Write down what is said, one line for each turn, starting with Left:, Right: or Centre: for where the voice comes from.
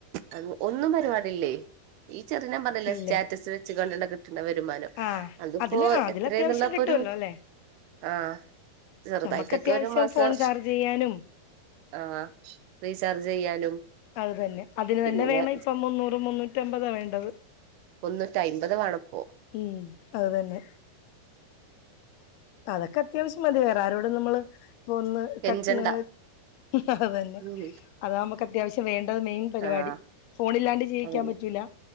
Right: അതെ ഒന്നും പരിപാടിയില്ലേ ഈ ചെറിയ ഞാൻ പറഞ്ഞില്ലേ
Left: ഇല്ല
Right: സ്റ്റാറ്റസ് വെച്ച്ക്കാണ്ട് ഇണ്ടാക്കുന്ന കിട്ട്ണ വരുമാനം
Left: ആഹ്
Right: അതിപ്പൊ
Left: അതില് ആ അതില്
Right: എത്രേന്നുള്ളെ
Left: അത്യാവശ്യം
Right: ഇപ്പൊരു
Left: കിട്ടുവല്ലോ അല്ലെ
Right: ആഹ് ചെറുതായിട്ടൊക്കെ
Left: നമുക്ക് അത്യാവശ്യം
Right: ഒരു മാസം
Left: ഫോൺ ചാർജ് ചെയ്യാനും
Right: ആഹ് റീചാർജ് ചെയ്യാനും
Left: അത് തന്നെ അതിന്
Right: പിന്നെ
Left: തന്നെ വേണയിപ്പൊ മുന്നൂറ് മുന്നൂറ്റി അമ്പതാ വേണ്ടത്
Right: മുന്നൂറ്റിഅയിമ്പത് വാണപ്പൊ
Left: ഉം അതുതന്നെ അതൊക്കെ അത്യാവിശ്യം മതി വേറെ ആരോടും നമ്മള് ഇപ്പൊ ഒന്ന്
Right: കെഞ്ചണ്ട
Left: കട്ട്ണ് അത് തന്നെ
Right: ഉം
Left: അതാ നമ്മക്ക് അത്യാവിശ്യം വേണ്ടത് മെയിൻ പരിപാടി
Right: ആഹ്
Left: ഫോണില്ലാണ്ട് ജീവിക്കാം
Right: അതന്നെ
Left: പറ്റൂല